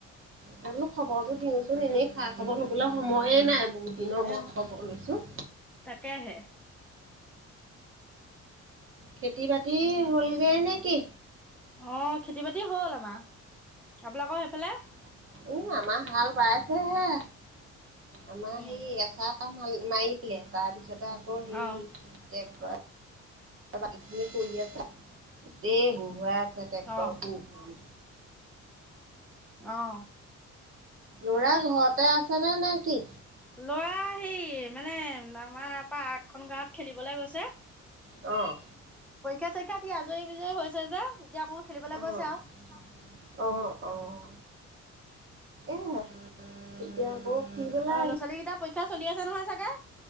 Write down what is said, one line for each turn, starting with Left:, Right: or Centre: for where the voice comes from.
Right: তাকে বোলো খবৰটো দিওঁচোন, এনেই খা খবৰ ল'বলৈ সময়ে নাই বহুত দিনৰ
Centre: এ
Right: মই খবৰ লৈছোঁ।
Centre: তাকেহে
Right: খেতি বাতি হ'লগৈ নে কি।
Centre: অ' খেতি বাতি হ'ল আমাৰ, আপোনালোকৰ সেইফালে।
Right: এ আমাৰ হাল বাইছেহে আমাৰ
Centre: উম,
Right: সেই এচাহ হাল মাৰিলে তাৰ পিছতে আকৌ হেই
Centre: অ',
Right: টেক্টৰে। বাকীখিনি কৰি আছে গোটেই ঘোঁৰাই আছে ট্ৰেক্টৰ
Centre: অ',
Right: মোৰ।
Centre: অ'
Right: ল'ৰা ঘৰতে আছেনে নে নে কি।
Centre: ল'ৰা হেৰি মানে আমাৰ পা আগখনন গাঁৱত খেলিবলে গৈছে।
Right: অহ'
Centre: পৰীক্ষা চৰীক্ষাত দি আজৰি বিজৰি হৈছে যে এতিয়া অকণ। খেলিবলৈ
Right: অ'
Centre: গৈছে আৰু
Right: অ' অ'। এই এতিয়া। আকৌ ফুৰিবলৈ
Centre: অ' ল'ৰা ছোৱালী কেইটা পৰীক্ষা চলি আছে নহয় চাগে।